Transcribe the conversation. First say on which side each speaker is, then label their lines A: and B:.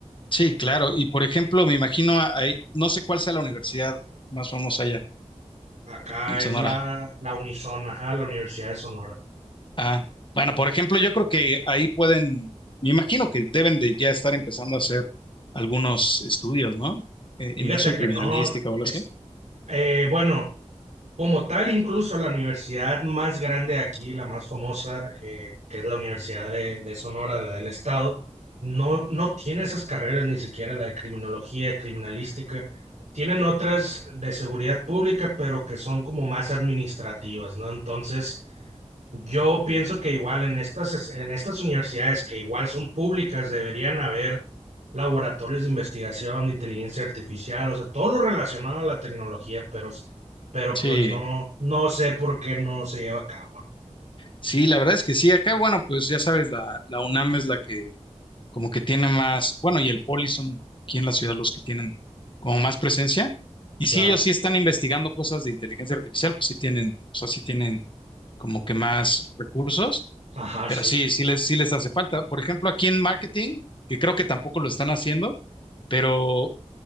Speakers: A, on the left; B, on the right.
A: Sí, claro. Y por ejemplo, me imagino ahí, no sé cuál sea la universidad más famosa allá
B: Acá
A: en Sonora.
B: es la, la Unison, ajá, la Universidad de Sonora.
A: Ah, bueno, por ejemplo, yo creo que ahí pueden, me imagino que deben de ya estar empezando a hacer algunos estudios, ¿no? En,
B: Fíjate
A: en eso, en
B: que
A: criminalística
B: no,
A: o algo
B: es,
A: así.
B: eh, bueno. Como tal, incluso la universidad más grande aquí, la más famosa, eh, que es la Universidad de, de Sonora, la del Estado, no, no tiene esas carreras, ni siquiera la de criminología, criminalística. Tienen otras de seguridad pública, pero que son como más administrativas, ¿no? Entonces, yo pienso que igual en estas, es- en estas universidades que igual son públicas deberían haber laboratorios de investigación de inteligencia artificial, o sea, todo lo relacionado a la tecnología, pero, s- pero
A: Sí,
B: pues no, no sé por qué no se lleva a cabo.
A: sí, la verdad es que sí. Acá, bueno, pues ya sabes, la, la UNAM es la que como que tiene más, bueno, y el Poli son aquí en la ciudad los que tienen como más presencia. Y
B: Claro.
A: sí, ellos sí están investigando cosas de inteligencia artificial, porque sí tienen, o sea, sí tienen como que más recursos,
B: Ajá,
A: pero
B: sí.
A: sí, sí les, sí les hace falta. Por ejemplo, aquí en marketing, que creo que tampoco lo están haciendo, pero